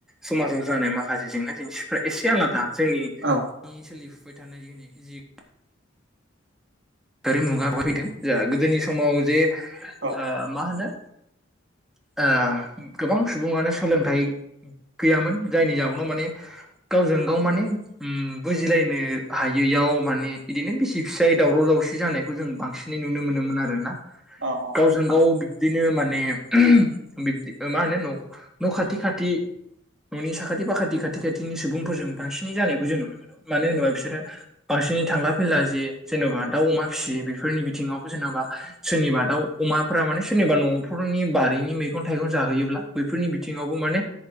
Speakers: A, in the centre; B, on the right.
A: समाजाव जानाय माखासे जेंना जेंसिफ्रा एसे आलादा जोंनि
B: औ
A: नि सोलिफुबाय थानाय जोंनि जि दारिमुगा फैदों जा गोदोनि समाव जे ओ
B: औ
A: मा होनो ओ गोबां सुबुङानो सोलोंथाइ गैयामोन जायनि जाउनाव माने गावजों गाव माने उम बुजिलायनो हायैयाव माने इदिनो बिसि फिसाय दावराव दावसि जानायखौ जों बांसिनै नुनो मोनोमोन आरो ना
B: औ
A: गावजों गाव दिनो माने बिब्दि मा होनो न' न' खाथि खाथि न'नि साखाथि फाखाथि खाथि खाथिनि सुबुंफोरजों बांसिनै जानायखौ जों नुनो मोनो मानो होनोबा बिसोरो बांसिनै थांला फैला जे जेन'बा दाउ अमा फिसियो बेफोरनि बिथिङावबो जेन'बा सोरनिबा दाउ अमाफोरा माने सोरनिबा न'फोरनि बारिनि मैगं थाइगं जाहैयोब्ला बैफोरनि बिथिङावबो माने